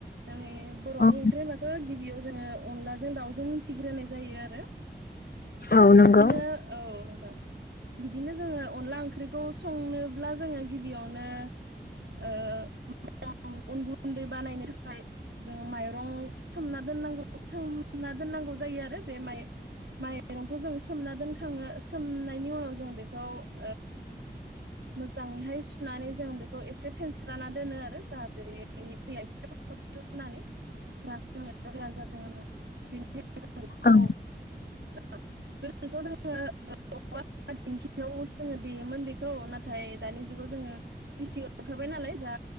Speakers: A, on the right (about 80°); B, on the left (about 55°).
A: नोंनि बर'नि
B: औ
A: ओंख्रि होनबाथ' गिबियाव जोङो अनलाजों दाउजों मिथिग्रोनाय जायो आरो
B: औ नंगौ
A: बिदिनो औ नोंथां बिदिनो जोङो ओंख्रिखौ संनोब्ला जोङो गिबियावनो ओ अन गुन्दै बानायनो थाखाय फाय जोङो माइरं सोमना दोननांगौ सोमना दोननांगौ जायो आरो बे माइ माइरंखौ जों सोमना दोनखाङो सोमनायनि उनाव जों बेखौ ओ मोजाङैहाय सुनानै जों बे खौ एसे फेनस्रा दोनो आरो जाहाथे बेनि दैआ <unintelligible> गनानै रानथों एबा गोरान जाथों होन्ना बेनि जों बेखौ
B: औ
A: ओरैनोथ' जोङो <unintelligible> दिंखियाव जोङो देयोमोन बेखौ खौ नाथाय दानि जुगाव जोङो। मिसिं ओंखारबाय नालाय जा